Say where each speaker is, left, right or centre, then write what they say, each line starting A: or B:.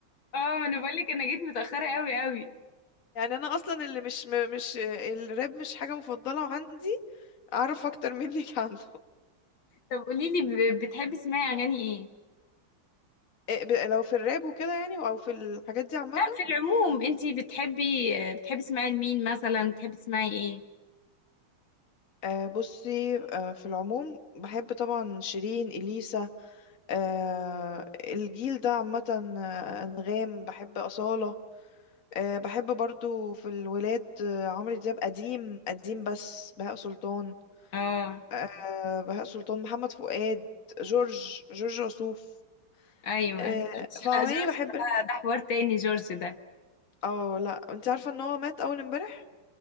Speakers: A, on the left; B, on the left.
A: اه ما انا بقول لك انا جيت متاخره قوي قوي
B: يعني انا اصلا اللي مش م- مش الراب مش حاجه مفضله عندي اعرف اكتر منك <laughs> عنه
A: طب قولي لي ب- بتحبي تسمعي اغاني ايه
B: إيه ب- لو في الراب وكده يعني او في الحاجات دي عامه
A: لا في العموم انت بتحبي بتحبي تسمعي لمين مثلا بتحبي تسمعي ايه
B: آه، بصي آه، في العموم بحب طبعا شيرين اليسا آه، الجيل ده عامه آه، انغام بحب اصاله آه، بحب برضو في الولاد آه، عمرو دياب قديم قديم بس بهاء سلطان
A: اه
B: آه، بهاء سلطان محمد فؤاد جورج جورج وسوف
A: ايوه
B: آه،
A: جورج
B: فعماني
A: لا جورج
B: بحب
A: بقى ده حوار تاني جورج ده
B: اه لا انت عارفة ان هو مات اول امبارح